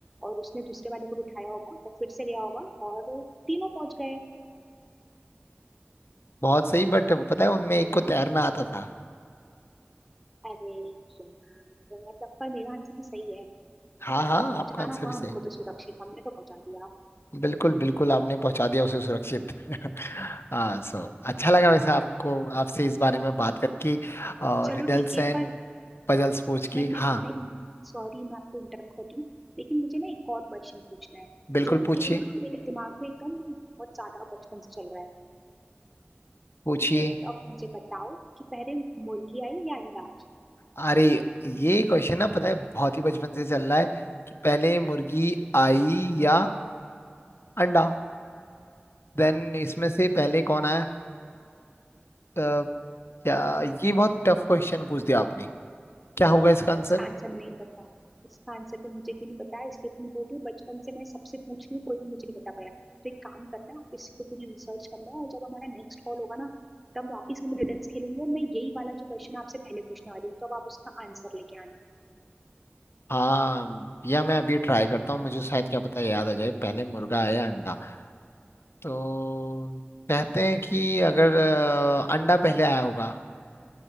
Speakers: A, in the centre; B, on the left.
A: और उसने दूसरे वाले को बिठाया होगा और फिर से गया होगा और तीनों पहुंच गए
B: बहुत सही बट वो पता है उनमें एक को तैरना आता था
A: अरे यार, मतलब पर मेरा आंसर भी सही है
B: हाँ
A: मतलब
B: हाँ
A: पहुंचाना
B: आपका आंसर
A: था
B: भी सही
A: हमको तो सुरक्षित हमने तो पहुंचा दिया
B: बिल्कुल बिल्कुल आपने पहुंचा दिया उसे सुरक्षित हाँ सो अच्छा लगा वैसे आपको आपसे इस बारे में बात करके और
A: चलो
B: रिडल्स
A: ठीक है
B: एंड
A: पर
B: पजल्स पूछ के
A: मैं मैं
B: हाँ
A: नहीं सॉरी मैं आपको इंटरप्ट कर रही हूँ लेकिन मुझे ना एक और क्वेश्चन पूछना है
B: बिल्कुल
A: जो
B: पूछिए
A: कि ना मेरे दिमाग में एकदम बहुत ज्यादा बचपन से चल रहा है
B: पूछिए
A: ठीक है तो आप मुझे बताओ कि पहले मुर्गी आई या अंडा
B: अरे ये क्वेश्चन ना पता है बहुत ही बचपन से चल रहा है कि पहले मुर्गी आई या अंडा देन इसमें से पहले कौन आया अ, क्या ये बहुत टफ क्वेश्चन पूछ दिया आपने क्या होगा इसका आंसर
A: इसका आंसर नहीं बता इसका आंसर तो मुझे भी नहीं पता इसलिए तो मैं बोल रही हूँ बचपन से मैं सबसे पूछ रही हूँ कोई भी मुझे नहीं बता पाया तो एक काम करना आप इस पे पूरी रिसर्च करना और जब हमारा नेक्स्ट कॉल होगा ना तब वापस हम रिडल्स खेलेंगे और मैं यही वाला जो क्वेश्चन आपसे पहले पूछने वाली हूँ तब आप उसका आंसर लेके आना
B: हाँ या मैं अभी ट्राई करता हूँ मुझे शायद क्या पता याद आ जाए पहले मुर्गा आया अंडा तो कहते हैं कि अगर अ, अंडा पहले आया होगा